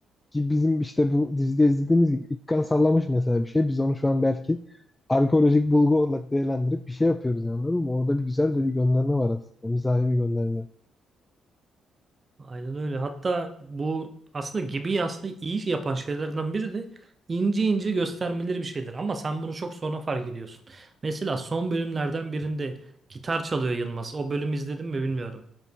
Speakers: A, on the left; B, on the right.
A: Ki bizim işte bu dizide izlediğimiz gibi ilk kan sallamış mesela bir şey. Biz onu şu an belki arkeolojik bulgu olarak değerlendirip bir şey yapıyoruz yani anladın mı? Orada bir güzel de bir gönderme var aslında. Mizahi bir gönderme.
B: Aynen öyle. Hatta bu aslında gibi aslında iyi yapan şeylerden biri de ince ince göstermeleri bir şeyler. Ama sen bunu çok sonra fark ediyorsun. Mesela son bölümlerden birinde gitar çalıyor Yılmaz. O bölümü izledin mi bilmiyorum.